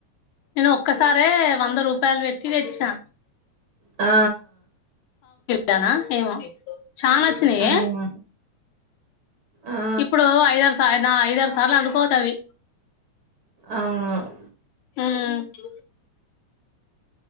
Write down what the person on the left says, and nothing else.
నేను ఒక్కసారే వంద వంద రూపాయలు పెట్టి తెచ్చినా
దానా ఏమో చా నావచ్చినా
ఎ
ఇప్పుడు ఐదారు సార్ నా ఐదారు సార్లు అనుకోవచ్చు అవి
ఉమ్